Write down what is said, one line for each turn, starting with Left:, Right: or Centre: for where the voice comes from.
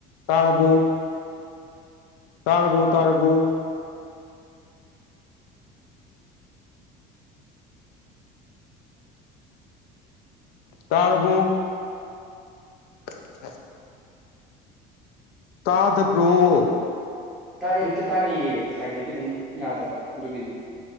Left: ꯇꯥꯔꯕꯣ ꯇꯥꯔꯕꯨ ꯇꯥꯔꯕꯨ ꯇꯔꯕꯣ <unintelligible> ꯇꯥꯗꯕ꯭ꯔꯣ
Centre: ꯇꯥꯏ ꯌꯦ ꯍꯧꯖꯤꯛꯇ ꯇꯥꯔꯤꯌꯦ ꯉꯁꯥꯏꯗꯒꯤ ꯑꯗꯨꯝ ꯌꯥꯗꯕ ꯑꯗꯨꯒꯤꯅꯦ